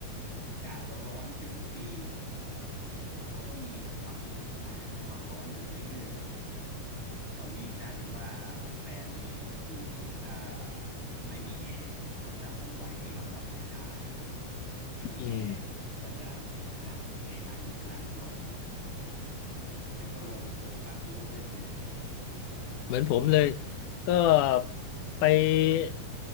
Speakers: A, on the right; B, on the left.
A: อากาศเราร้อนขึ้นทุกปีเนาะเราก็มีทำนิวไฮเรื่องความร้อนอยู่เรื่อยๆเลย ตอนนี้กลายเป็นว่าแฟนนี่ก็คือถ้าไม่มีแอร์ก็จะไปไว้ลำดับท้ายๆ ถ้ามีแอร์ก็จะ
B: ำอืม
A: อ่าโอเคร้านนี้คือร้านโปรดซึ่งก็รวมรวมฟาสต์ฟู้ดด้วยนี่แหละ
B: เหมือนผมเลยก็ไป